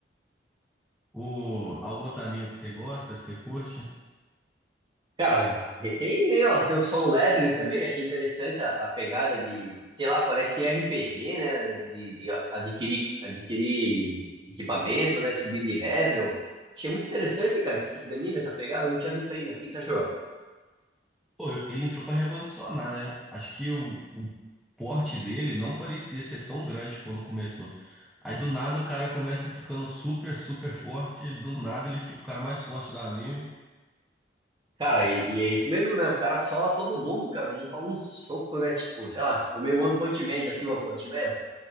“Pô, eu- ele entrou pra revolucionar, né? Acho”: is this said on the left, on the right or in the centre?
Centre